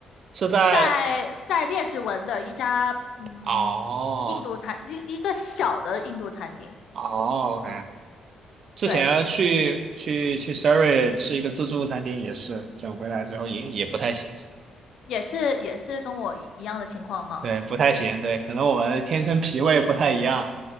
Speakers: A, on the right; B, on the left.
A: 是在
B: 在在列治文的一家嗯印度餐一一个小的印度餐厅，
A: 哦哦，OK。之前去去去
B: 对，
A: s i r i 吃一个自助餐厅，也是整回来之后也也不太行，
B: 也是也是跟我一一样的情况吗？
A: 对，不太行，对，可能我们天生脾胃不太一样。